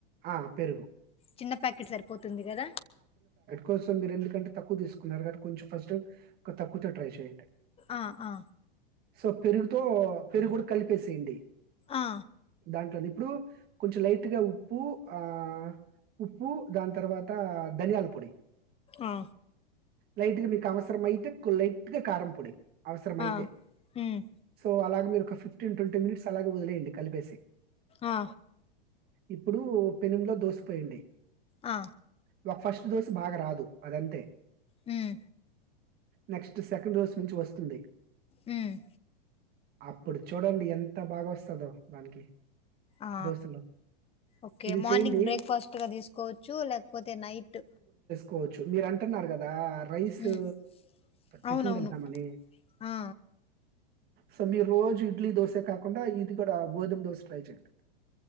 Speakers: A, on the right; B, on the left.
A: ఆ పెరుగు
B: చిన్న ప్యాకెట్ సరిపోతుంది కదా
A: కోసం మీరు ఎందుకంటే తక్కువ తీసుకున్నారుటి కొంచెం ఫస్ట్ ఒక తక్కువతో ట్రై చేండి
B: ఆ ఆ
A: సో పెరుగుతో పెరుగు కూడా కలిపేసేయండి
B: ఆ
A: దాంట్లోని ఇప్పుడు కొంచెం లైట్గా ఉప్పు ఆ ఉప్పు దాని తర్వాత ధనియాల పొడి
B: ఆ
A: లైట్ గా మీకు అవసరం అయితే కుళ్లై కి కారం పొడి అవసరం అయితే
B: ఆ ఉమ్
A: సో అలాగ్ మీరు ఒక ఫిఫ్టీన్ ట్వంటీ మినిట్స్ అలాగా వదిలేయండి కలిపేసి
B: ఆ
A: ఇప్పుడు పెనుములో దోసిపొయ్యండి
B: ఆ
A: ఇగ ఫస్ట్ దోస బాగా రాదు అదంతే
B: మ్మ్
A: నెక్స్ట్ సెకండ్ దోస్ నుంచి వస్తుంది
B: మ్మ్
A: అప్పుడు చూడండి ఎంత బాగా వస్తదో దానికి
B: ఆ
A: దోసలో.
B: ఓకే
A: ఇది
B: మార్నింగ్
A: చేయండి
B: బ్రేక్ఫాస్ట్గా తీసుకోవచ్చు లేకపోతే నైట్
A: కోవచ్చు మీరు అంటున్నారు కదా రైసు
B: ఉమ్
A: టిఫన్
B: అవునవును
A: తింటా మని
B: ఆ
A: స మీ రోజు ఇడ్లీ దోసె కాకుండా ఇక్కడ గోధుమ్ దోస ట్రై చేయండి